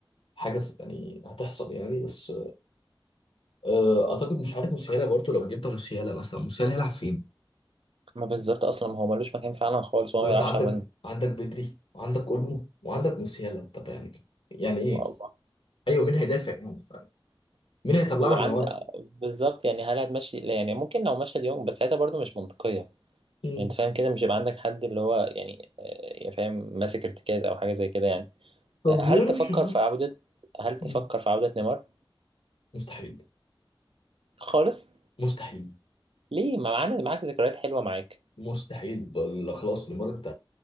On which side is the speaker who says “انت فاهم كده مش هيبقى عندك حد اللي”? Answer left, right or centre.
Right